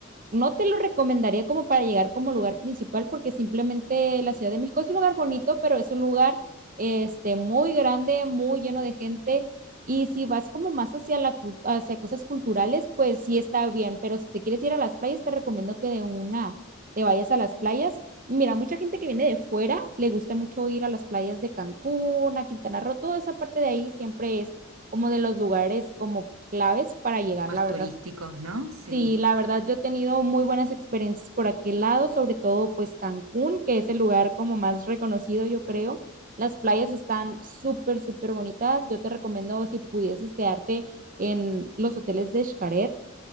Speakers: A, on the right (about 40°); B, on the right (about 85°).
A: no te lo recomendaría como para llegar como lugar principal, porque simplemente la Ciudad de México es un lugar bonito, pero es un lugar este, muy grande, muy lleno de gente. Y si vas como más hacia, la, cul- hacia cosas culturales, pues sí está bien, pero si te quieres ir a las playas, te recomiendo que de una te vayas a las playas. Mira, mucha gente que viene de fuera le gusta mucho ir a las playas de Cancún, a Quintana Roo, toda esa parte de ahí siempre es como de los lugares como claves para llegar,
B: Más
A: la verdad.
B: turísticos, ¿no? Sí.
A: Sí, la verdad yo he tenido muy buenas experiencias por aquel lado, sobre todo pues Cancún, que es el lugar como más reconocido, yo creo. Las playas están súper, súper bonitas. Yo te recomiendo si pudieses quedarte en los hoteles de Xcaret.